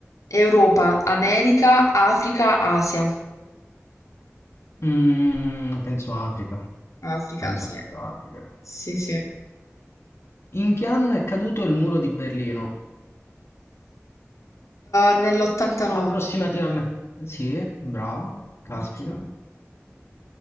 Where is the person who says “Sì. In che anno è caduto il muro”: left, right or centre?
Left